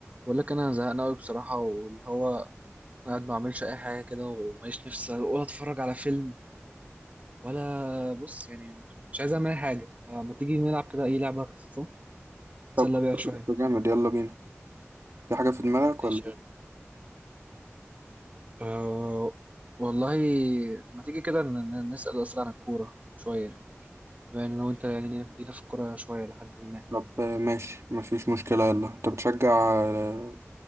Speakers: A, on the right (about 30°); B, on the right (about 80°).
A: بقول لك انا زهقان قوي بصراحه واللي هو قاعد ما بعملش اي حاجه كده وماليش نفسي ولا اتفرج على فيلم ولا بص يعني مش عايز اعمل اي حاجه فما تيجي نلعب كده اي لعبه خفيفه نتسلى
B: طب خلاص
A: بيها شويه
B: ده جامد يلا بينا في حاجة في دماغك
A: ماشي
B: ولا
A: يلا. أه والله ما تيجي كده ن- ن- نسال اسئله عن الكوره شويه بما ان لو انت يعني جينا في الكوره شويه لحد ما
B: طب آه، ماشي مفيش مشكلة يلا انت بتشجع آه،